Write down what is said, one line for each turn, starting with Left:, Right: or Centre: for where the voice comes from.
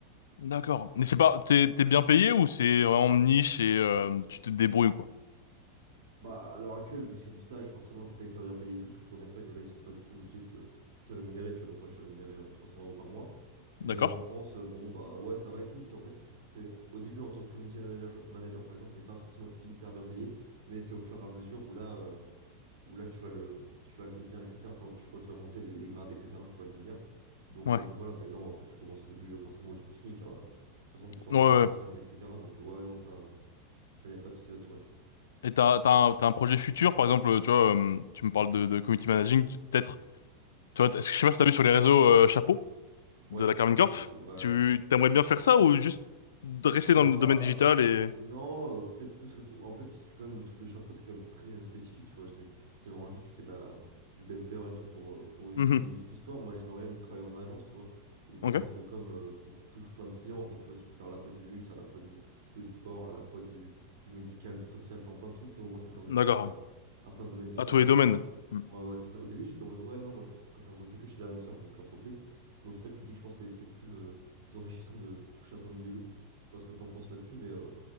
Left: D'accord. Mais c'est pas, t'es, t'es bien payé ou c'est vraiment niche et euh, tu te débrouilles, quoi?
Right: Bah, à l'heure actuelle, vu que c'est du stage, forcément, t'es pas hyper bien payé et tout, surtout en Espagne où là, ils sont pas du tout obligés de te, te rémunérer, tu vois. Donc, moi, je suis rémunéré euh, 300 euros par mois. Mais
Left: D'accord?
Right: en France, euh, bon, bah ouais, ça va et tout. Et puis, en fait, c'est au début, en tant que community manager, manager, par exemple, t'es pas forcément hyper bien payé, mais c'est au fur et à mesure où là, euh, où là tu vas le, tu vas le devenir, etc. Enfin, tu, quand tu vas monter les, les grades, etc., que tu vas le devenir. Donc,
Left: Ouais.
Right: euh, donc voilà, mais non, après tu commences au début euh, forcément au-dessus du SMIC. hein. De toute façon, tu sors
Left: Ouais,
Right: d'un
Left: ouais.
Right: Black plus 5, etc. Donc euh, ouais, ouais, non, ça, euh, ça y a pas de souci là-dessus, ouais.
Left: Et t'as, t'as un, t'as un projet futur, par exemple, tu vois, euh, tu me parles de, de community managing, tu- peut-être, tu vois, est-ce que je sais pas si t'as vu sur les réseaux euh, Chapeau
Right: Ouais,
Left: de la Carmine
Right: chapeau,
Left: Corp,
Right: macho, ouais.
Left: tu,
Right: ouais.
Left: t'aimerais bien faire ça ou juste rester
Right: Je sais
Left: dans
Right: pas.
Left: le domaine digital et,
Right: Non, euh, peut-être plus. rest- En fait, parce que quand même, le truc de chapeau, c'est quand même très euh, spécifique, tu vois. C'est c'est vraiment juste, tu fais de la, du benter et tout pour, euh,
Left: <laughs>
Right: pour une,
Left: Mhm.
Right: une équipe e-sport. Moi, j'aimerais bien lui travailler en agence, tu vois. Une
Left: Ok
Right: agence de com euh, qui touche plein de clients, en fait. Tu vois, tu peux faire à la fois du luxe, à la fois du, de l'e-sport, à la fois du, du médical, du social, enfin plein de trucs, tu vois. Au moins, ça te permet
Left: D'accord.
Right: de toucher à,
Left: ouais.
Right: à plein de domaines différents,
Left: À tous
Right: ça
Left: les domaines.
Right: qui est cool.
Left: Hmm.
Right: Ouais, ouais, c'est ça. Au début, j'étais en mode, ouais, non, moi, je préfère bosser que chez l'annonceur, donc l'entreprise. Mais au final, tu te dis que je pense que c'est c'est plus euh, enrichissant de, de toucher à plein de milieux. Je sais pas ce que t'en penses là-dessus, mais, euh,